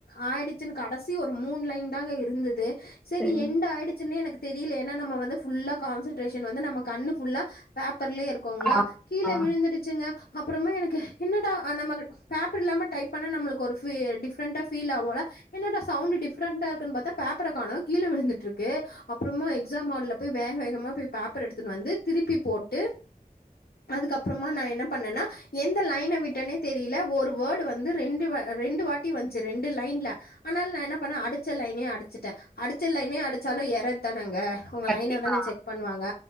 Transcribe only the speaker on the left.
ஆயிடுச்சுன்னு கடைசி ஒரு மூணு லைன் தாங்க இருந்தது செரி
எண்ட் ஆயிடுச்சுன்னே எனக்கு தெரியல ஏனா நம்ப வந்து ஃபுல்லா கான்சன்ட்ரேஷன் வந்து நம கண்ணு ஃபுல்லா பேப்ர்லயே இருக்கோங்களா
கீழ
விழுந்துடுச்சுங்க அப்பறமா எனக்கு என்னடா நமக்கு பேப்பர் இல்லாம டைப் பண்ண நம்மளுக்கு ஒரு டிப்பரண்டா பீல் ஆகும்ல்ல என்னடா சவுண்டு டிப்ரண்டா இருக்குன்னுா பேப்பர காணம் கீழே விழுந்துட்டு இருக்கு அப்பறமா எக்ஸாம் ஹால்ல போய் வேக வேகமா போய் பேப்பர் எடுத்துட்டு வந்து திருப்பி போட்டு அதுக்கப்பறமா நா என்ன பண்ணேனா எந்த லைன விட்டனே தெரியல ஒரு வேர்டு வந்து ரெண்டு-ரெண்டு வாட்டி வந்துச்சு ரெண்டு லைன்ல ஆனால நான் என்ன பண்ணேன் அடிச்ச லைனே அடிச்சுடேன் அடிச்ச லைனே அ ச்சலும் எரர் தானேங்க உங்க
லைன தானே செக் பண்ணுவாங்க